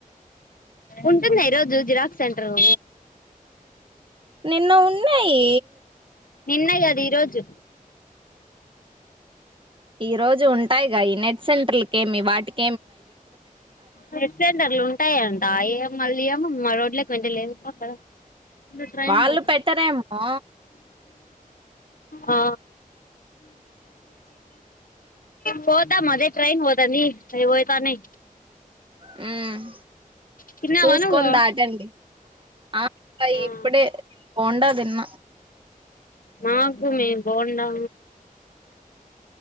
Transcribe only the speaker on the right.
నిన్న ఉన్నాయి
ఈ రోజు ఉంటాయి ఈ నెట్ సెంటర్క ఏమి వాటికి
వాళ్ళు
పెట్టరేమో
హ్మ్మ్
చూసుకొని
దాటండి ఆ
ఇప్పుడే పోండదిన్న